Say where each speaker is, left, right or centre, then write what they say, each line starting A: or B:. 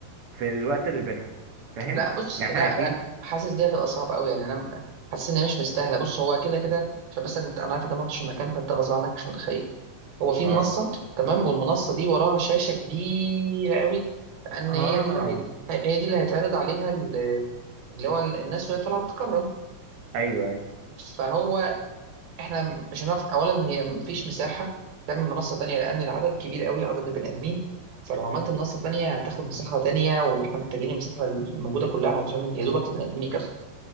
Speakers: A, on the right (about 50°); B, on the right (about 80°).
A: في الوقت اللي بينهم فاهم
B: لا بص
A: يعني احنا
B: لا
A: اكيد
B: لا حاسس دي هتبقى صعبه قوي يعني انا م- حاسس ان هي مش مستاهله بص هو كده كده عشان بس انت انا عارف انت ما رحتش المكان فانت غصب عنك مش متخيل هو في
A: اه
B: منصه تمام والمنصه دي وراها شاشه كبيره قوي لان
A: اه
B: هي دي اللي هي... هي دي اللي هيتعرض عليها ال- اللي هو الناس وهي طالعه تتكرم
A: ايوه ايوه
B: فهو احنا مش هنعرف اولا هي مفيش مساحه تعمل منصه تانية لان العدد كبير قوي عدد البني ادمين فلو عملت منصه تانية هتاخد مساحه تانية واحنا محتاجين المساحه الموجوده كلها علشان يا دوبك البني ادمين يكفوا